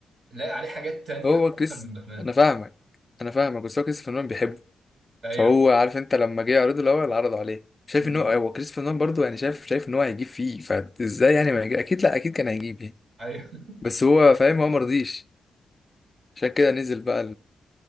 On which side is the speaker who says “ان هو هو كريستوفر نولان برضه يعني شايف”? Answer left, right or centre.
Left